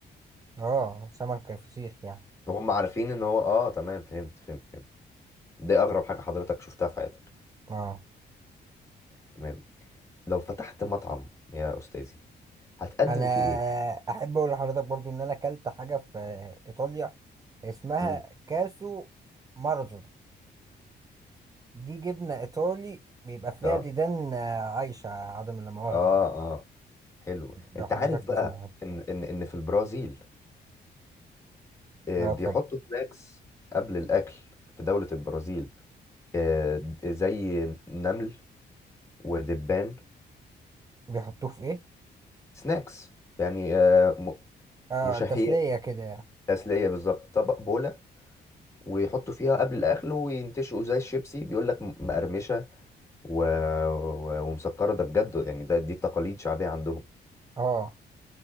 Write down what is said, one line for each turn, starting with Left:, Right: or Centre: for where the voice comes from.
Right: اه سمك فسيخ يعني
Left: وهم عارفين إن هو آه تمام فهمت فهمت فهمت دي أغرب حاجة حضرتك شفتها في حياتك
Right: اه
Left: تمام لو فتحت مطعم يا أستاذي هتقدم
Right: انا
Left: فيه ايه
Right: احب اقول لحضرتك برضو ان انا اكلت حاجه في ايطاليا اسمها
Left: امم
Right: كاسو مارزو دي جبنه ايطالي بيبقى فيها
Left: اه
Right: ديدان آه، عايشه عدم لا مؤاخذه
Left: اه
Right: يعني
Left: اه حلو
Right: لو
Left: انت
Right: حضرتك
Left: عارف
Right: تسمع
Left: بقى
Right: عنه.
Left: ان ان ان في البرازيل آه،
Right: اه
Left: بيحطوا
Right: اتفضل
Left: سناكس قبل الاكل في دولة البرازيل آه، زي نمل ودبان
Right: بيحطوه في ايه
Left: سناكس يعني آه، م-
Right: اه
Left: مشهيات
Right: تسليه كده يعني.
Left: تسلية بالظبط طبق بولة ويحطوا فيها قبل الاكل وينتشوا زي الشيبسي بيقول لك م- مقرمشة و... و... ومسكرة ده بجد يعني ده دي تقاليد شعبية عندهم
Right: اه